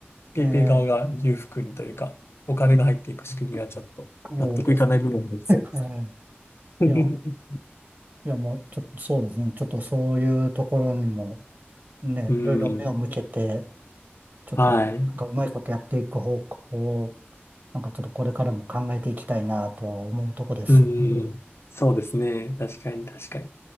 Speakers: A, on the left; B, on the right.
A: ペイペイ側が裕福にというか、
B: え、ええ、
A: お金が入っていく仕組みはちょっと納得いかない部分もありそうです。
B: うん、そうですね。え
A: <laughs>
B: え、いや、いやもう、ちょっとそうですね。ちょっとそういうところにも、ね、
A: うん。
B: いろいろ目を向けて、ちょっと、
A: はい。
B: なんかうまいことやっていく方向を、なんかちょっとこれからも考えていきたいなとは思うとこですよね
A: うん。そうですね。確かに確かに。